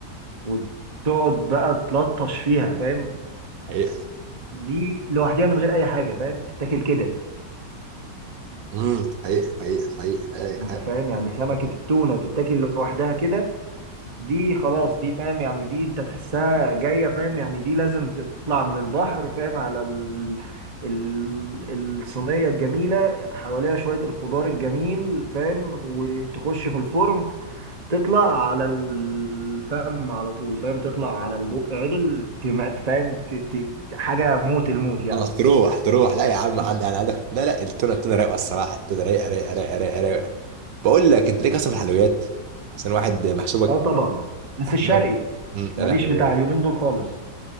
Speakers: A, on the right (about 25°); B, on the right (about 80°).
A: وتقعد بقى تلطش فيها فاهم
B: حقيقة
A: دي لوحدها من غير اي حاجة فاهم تتاكل كده
B: امم حقيقة حقيقة حقيقة
A: انت
B: حقيقة
A: فاهم يعني سمكة
B: حقيقة.
A: التونة تتاكل لوحدها كده دي خلاص دي فاهم يعني دي انت تحسها جاية فاهم يعني دي لازم تطلع من البحر فاهم على ال... ال... الصينية الجميلة حواليها شوية الخضار الجميل فاهم وتخش في الفرن تطلع على الفم على طول فاهم تطلع على البق عدل تم- فاهم ت... ت... حاجة موت الموت يعني
B: اه تروح تروح لا يا عم عندي انا عندك لا لا التونة التونة رايقة الصراحة التونة رايقة رايقة رايقة رايقة رايقة بقول لك انت ليك اصلا في الحلويات عشان واحد محسوبك
A: اه طب طبعا بس
B: محسوبك
A: الشرقي
B: امم
A: ماليش
B: يا لهوي
A: بتاع اليومين دول خالص